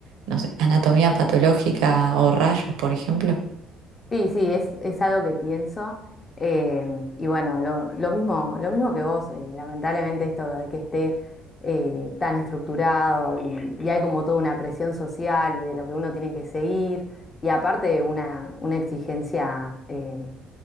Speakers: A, on the right; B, on the left.
A: no sé, anatomía patológica o rayos, por ejemplo?
B: Sí, sí, es, es algo que pienso. eh, y bueno, lo, lo mismo, lo mismo que vos, eh, lamentablemente esto de que esté eh, tan estructurado y, y hay como toda una presión social y de lo que uno tiene que seguir y aparte una, una exigencia, eh,